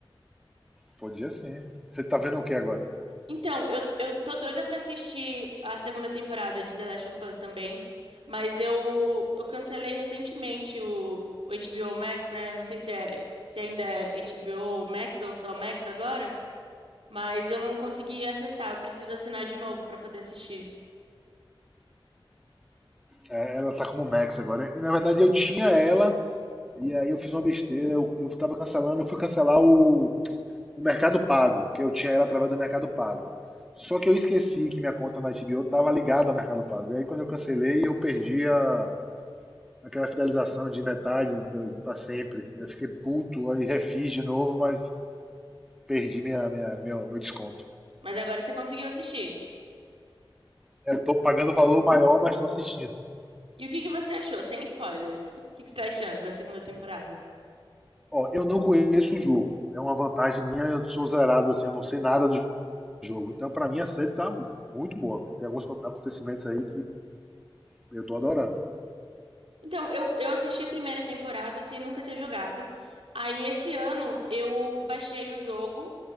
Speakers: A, in the centre; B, on the right.
A: Podia sim. Você tá vendo o que agora?
B: Então, eu, eu tô doida pra assistir a segunda temporada de The Last of Us também. Mas eu, eu cancelei recentemente o, o HBO Max, né? Não sei se, é, se ainda é HBO Max ou só Max agora. Mas eu não consegui acessar, eu preciso assinar de novo para poder assistir.
A: É, ela tá como Max agora. na verdade, eu tinha ela, e aí eu fiz uma besteira. Eu, eu tava cancelando, eu fui cancelar o o Mercado Pago, que eu tinha ela através do Mercado Pago. Só que eu esqueci que minha conta na HBO estava ligada ao Mercado Pago. E aí quando eu cancelei, eu perdi a, aquela fidelização de metade para sempre. Eu fiquei puto, aí refiz de novo, mas perdi minha, minha, meu, meu desconto.
B: Mas agora você conseguiu assistir.
A: Eu tô pagando o valor maior, mas tô assistindo.
B: E o que que você achou? Sem spoilers. <laughs> O que que você tá achando da segunda temporada?
A: Ó, eu não conheço o jogo. É uma vantagem minha, eu sou zerado, assim, eu não sei nada do jogo. Então, para mim, a série tá muito boa. Viu? Tem alguns acontecimentos aí que eu tô adorando.
B: Então, eu, eu assisti a primeira temporada sem nunca ter jogado. Aí, esse ano, eu baixei o jogo.